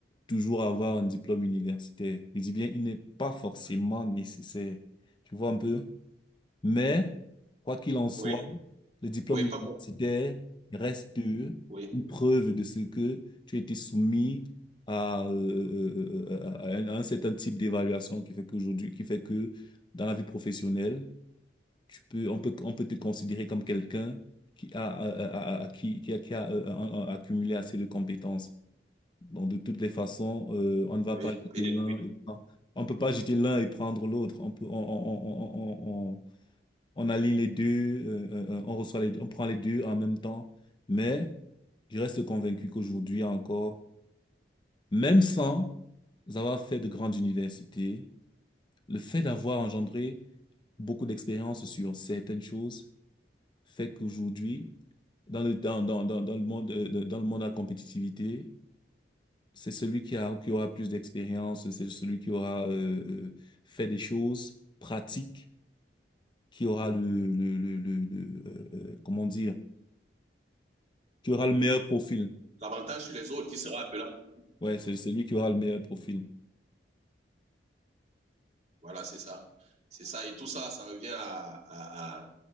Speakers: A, on the left; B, on the right.
A: toujours avoir un diplôme universitaire. Je dis bien, il n'est pas forcément nécessaire. Tu vois un peu? Mais, quoi qu'il en soit,
B: oui,
A: le diplôme
B: oui,
A: universitaire
B: pas pour.
A: reste une
B: Oui,
A: preuve de ce que tu as été soumis à, euh, euh, euh, à à un à un certain type d'évaluation qui fait qu'aujourd'hui, qui fait que dans la vie professionnelle, tu peux, on peut, on peut te considérer comme quelqu'un qui a, a- a- a- qui, qui a, qui a, euh, un- un- accumulé assez de compétences. Donc, de toutes les façons, euh, on ne va
B: oui.
A: pas jeter
B: Et des-
A: l'un et pas- on peut pas jeter l'un et prendre l'autre. On peut, on, on, on, on, on- on aligne les deux, euh, euh, euh, on reçoit les deux, on prend les deux en même temps. Mais je reste convaincu qu'aujourd'hui encore, même sans avoir fait de grandes universités, le fait d'avoir engendré beaucoup d'expérience sur certaines choses fait qu'aujourd'hui, dans le, dans, dans, dans, dans le monde, euh, de- dans le monde de la compétitivité, c'est celui qui a, qui aura plus d'expérience, c'est celui qui aura euh, euh, fait des choses pratiques, qui aura le, le, le, le, le, euh, euh, comment dire, Qui aura le meilleur profil.
B: L'avantage sur les autres qui sera appelé à-
A: Ouais, c'est c'est lui qui aura le meilleur profil.
B: Voilà, c'est ça. C'est ça. Et tout ça, ça revient à, à, à,